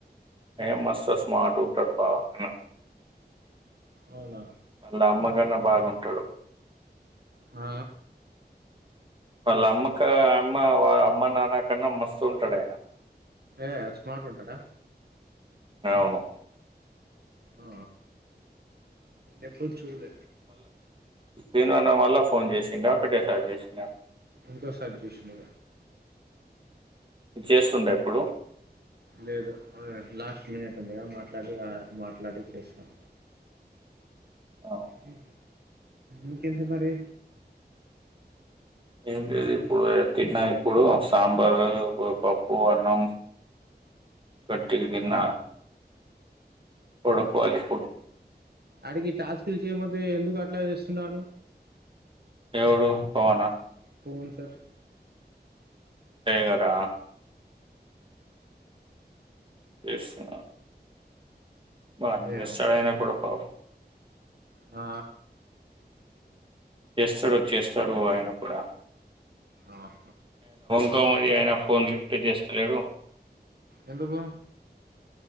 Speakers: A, on the right (about 30°); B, on the right (about 70°).
A: ఏ మస్తు సస్ ఉంటాడు ప అన్న
B: అవునా
A: మళ్ళ అమ్మ కన్నా బాగా ఉంటాడు
B: ఆ
A: వాళ్ళ అమ్మక అమ్మ అమ్మ నాన్న కన్నా మస్తూ ఉంటాడు ఆయన
B: ఏ స్మార్ట్ ఉంటాడా
A: అవును
B: ఆ ఎప్పుడు చల్
A: నేనున్న వల్ళ ఫోన్ చేసిండ ఒకటే సార్ చేసిండ
B: ఇంకా సజేశన్
A: చేస్తుండే ఎప్పుడు
B: లేదు లాస్ట్ మినిట్ ఉందిగా మాట్లాడి మాట్లాడి చేస్తాం
A: అవును.
B: హ ఇంకెంత మరి
A: ఏ లేదు ఇప్పుడు తిన్న ఇప్పుడు సాంబారు పప్పు అన్నం కట్టి తిన్న పడుకోవాలి ఇప్పుడు
B: అడికి టాస్కులు చేయమతే ఎందుకు అట్లా చేస్తున్నాడు
A: ఎవడు పోవనా
B: పోన్ సార్
A: శేగారా వస్తు బానే
B: ఏమో
A: చడ అనే కూడా పవ
B: ఆ
A: చేస్తాడు చేస్తాడున కూడా
B: ఆహ
A: ఇంకామరి ఆయన ఫోన్ లిఫ్ట్ చేస్తలేడు
B: ఎందుకు